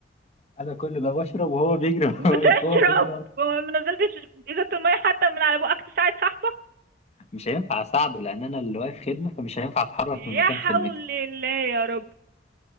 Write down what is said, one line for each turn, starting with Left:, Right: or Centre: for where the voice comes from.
Left: انا كل ده بشرب وهو بيجري <laughs>
Right: بتشرب
Left: وأنا واقف هو بيجري
Right: ما نزلتش ازازة المية حتى من على بقك تساعد صاحبك
Left: مش هينفع اساعده لان انا اللي واقف خدمه فمش هينفع اتحرك
Right: يا
Left: من مكان
Right: حول
Left: خدمتي
Right: الله يا رب